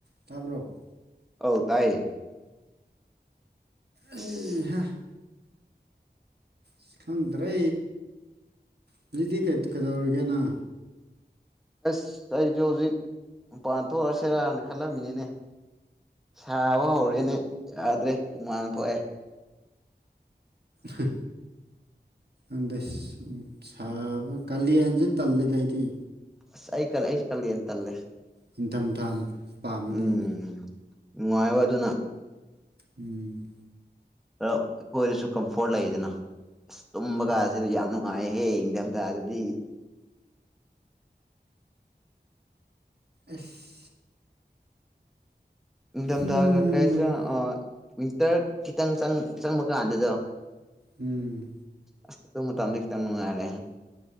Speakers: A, on the right; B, in the centre.
A: ꯇꯥꯕ꯭ꯔꯣ
B: ꯑꯧ ꯇꯥꯏꯌꯦ
A: ꯎꯝ
B: ꯑꯁ
A: ꯍ ꯑꯁ ꯈꯪꯗ꯭ꯔꯦ ꯍꯧꯖꯤꯛꯗꯤ ꯀꯩꯗꯧꯔꯤꯒꯦꯅ
B: ꯑꯁ ꯑꯩꯁꯨ ꯍꯧꯖꯤꯛ ꯃꯄꯥꯟ ꯊꯣꯛꯑꯁꯤꯔꯅ ꯈꯜꯂꯝꯃꯤꯅꯤꯅꯦ ꯁꯥꯕ ꯍꯧꯔꯦꯅꯦ ꯌꯥꯗ꯭ꯔꯦ ꯎꯨꯃꯥꯟ ꯊꯣꯛꯑꯦ
A: ꯍ ꯑꯗ ꯁꯥꯕ ꯀꯥꯂꯦꯟꯁꯦ ꯇꯜꯂꯤꯗ ꯑꯩꯗꯤ
B: ꯑꯁ ꯑꯩ ꯀꯜ ꯑꯩꯁꯨ ꯀꯜꯂ ꯌꯦꯟ ꯇꯂꯦ
A: ꯅꯤꯡꯊꯝꯊꯥ ꯄꯥꯝꯃꯤꯗ
B: ꯎꯝ
A: ꯑꯩꯅꯤ
B: ꯅꯨꯡꯉꯥꯏꯕ ꯑꯗꯨꯅ
A: ꯎꯝ
B: ꯑ ꯑꯩꯈꯣꯏꯗꯁꯨ ꯀꯝꯐꯣꯔꯠ ꯂꯩꯗꯅ ꯑꯁ ꯇꯨꯝꯕ
A: ꯎꯝ
B: ꯀꯥꯁꯤꯅ ꯌꯥꯝꯅ ꯅꯨꯉꯥꯏꯌꯦ ꯏꯟꯗꯝꯗ ꯗꯗꯤ
A: ꯑꯁ
B: ꯏꯡꯗꯝ
A: ꯎꯝ
B: ꯗꯒ ꯀꯔꯁ ꯋꯤꯟꯇꯔ ꯈꯤꯇꯪꯪ ꯆꯪꯕ ꯀꯥꯟꯗ
A: ꯎꯝ
B: ꯑꯁꯨ ꯃꯇꯝꯗ ꯈꯤꯇꯪ ꯃꯉꯥꯏꯔꯦ